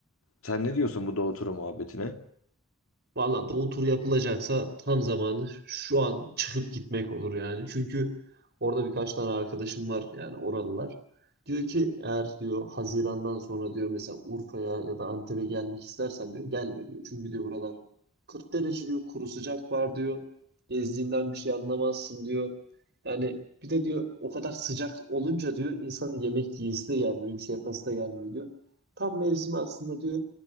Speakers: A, on the left (about 65°); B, on the right (about 50°).
A: Sen ne diyorsun bu doğu turu muhabbetine?
B: Valla doğu turu yapılacaksa tam zamanı şu an çıkıp gitmek olur yani. Çünkü orada birkaç tane arkadaşım var yani oralılar. Diyor ki eğer diyor Haziran'dan sonra diyor mesela Urfa'ya ya da Antep'e gelmek istersen diyor gelme diyor. Çünkü diyor buralar 40 derece diyor kuru sıcak var diyor. Gezdiğinden bir şey anlamazsın diyor. Yani bir de diyor o kadar sıcak olunca diyor insanın yemek yiyesi de gelmiyor bir şey yapası da gelmiyor diyor. Tam mevsimi aslında diyor